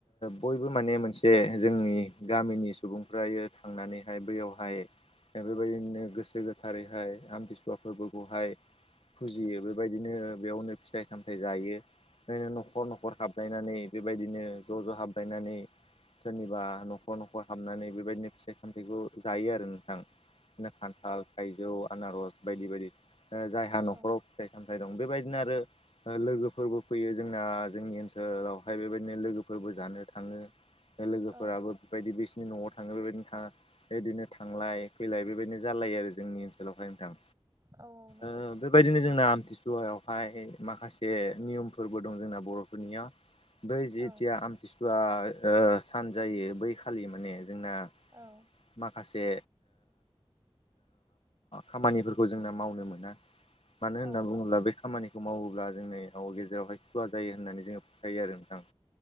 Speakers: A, on the left; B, on the right.
A: बयबो माने मोनसे जोंनि गामिनि सुबुंफ्रायो थांनानैहाय बैयावहाय बेबायदिनो गोसो थारैहाय आमतिसुवा फोरबोखौहाय फुजियो बेबायदिनो बेयावनो फिथाइ सामथाइ जायो बिदिनो न'खर न'खर हाब लायनानै बेबायदिनो ज' ज' हाबलायनानै सोरनिबा न'खर न'खर हाबनानै बेबायदिनो फिथाइ सामथाइखौ जायो आरो नोंथां बिदिनो खान्थाल थाइजौ आनारस बायदि बायदि। जायहा न'खराव
B: औ
A: फिथाइ सामथाइ दं बेबायदिनो आरो लोगोफोरबो फैयो जोंना जोंनि ओनसोलावहाय बेबायदिनो लोगोफोरबो जानो थाङो। लोगोफोराबो
B: औ
A: बेबायदि बिसोरनि न'आव थाङो बेबायदिनो बिदिनो थांलाय फैलाय बेबायदिनो जालायो आरो जोंनि ओनसोलावहाय नोंथां।
B: औ नंगौ
A: ओब बेबायदिनो जोंना आमथिसुवायावहाय माखासे नियमफोरबो दं जोंना बर'फोरनियाव। बै जिेथिया
B: औ
A: आमथिस्टुवआ सान जायो बैखालि माने जोंना
B: औ
A: माखासे खामानिफोरखौ जोंना मावनो मोना मानो होनना
B: औ
A: बुङोब्ला बे खामानिखौ बेखौ मावोब्ला जोंनि गेजेरावहाय खुवा जायो होननानै जोङो फोथायो आरो नोंथां